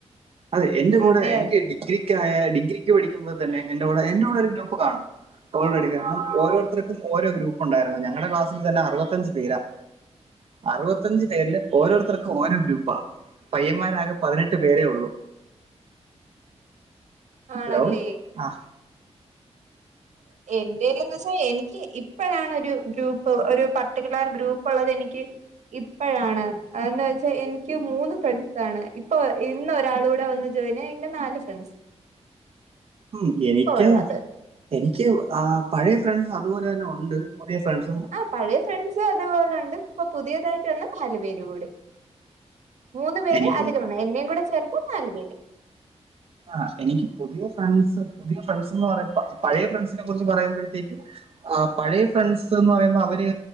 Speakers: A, on the right (about 55°); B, on the right (about 85°).
A: അതെ എന്റെ കൂടെ
B: അതെ
A: എനി
B: അതെ
A: ഡിഗ്രിക്കായ ഡിഗ്രിക്ക് പഠിക്കുമ്പോ തന്നെ എന്റെ കൂടെ എന്റെ കൂടെ ഒരു ഗ്രൂപ്പ് കാണും ഓൾറെഡി കാരണം ഓരോരുത്തർക്കും ഓരോ ഗ്രൂപ്പുണ്ടായിരുന്നു ഞങ്ങടെ ക്ലാസ്സിൽ തന്ന അറുപത്തൻഞ്ച പേരാ അറുപത്തഞ്ച് പേരില് ഓരോരുത്തർക്കും ഓരോ ഗ്രൂപ്പാ പയ്യന്മാരാകെ പതിനെട്ട് പേരേ ഉള്ളു
B: ആണല്ലേ
A: ഹലോ ആഹ്
B: എന്റെലൊന്ന് പക്ഷെ എനിക്ക് ഇപ്പോഴാണ് ഒരു ഗ്രൂപ്പ് ഒരു പർട്ടിക്കുലർ ഗ്രൂപ്പ് ഉള്ളത് എനിക്ക് ഇപ്പഴാണ് അതന്ന് വെച്ചാ എനിക്ക് മൂന്ന് ഫ്രണ്ട്സാണ് ഇപ്പൊ ഇന്ന് ഒരാള കൂടെ വന്ന് <unintelligible> നാല് ഫ്രണ്ട്സ്
A: ഉമ്
B: ഇപ്പൊ
A: എനിക്ക്
B: ഉള്ളത്
A: എനിക്ക് ആഹ് പഴയ ഫ്രണ്ട്സ് അതുപോലെ തന്നെ ഉണ്ട് പുതിയ ഫ്രണ്ട്സ്
B: ആഹ് പഴയ ഫ്രണ്ട്സ് അതേപോലെ ഉണ്ട് ഇപ്പൊ പുതിയതായിട്ട് വന്ന് നാല് പേര് കൂടി മൂന്ന് പേര്
A: എനിക്ക്
B: അധികമാണ് എന്നെയും കൂടെ ചേർത്ത് നാല് പേര്
A: ആഹ് എനിക്ക് പുതിയ ഫ്രണ്ട്സ് പുതിയ ഫ്രണ്ട്സ് എന്ന് പറ പഴയ ഫ്രണ്ട്സിനെ കുറിച്ച് പറയുമ്പോഴത്തേക്ക് ആഹ് പഴയ ഫ്രണ്ട്സ് എന്ന് പറയുമ്പോ അവര്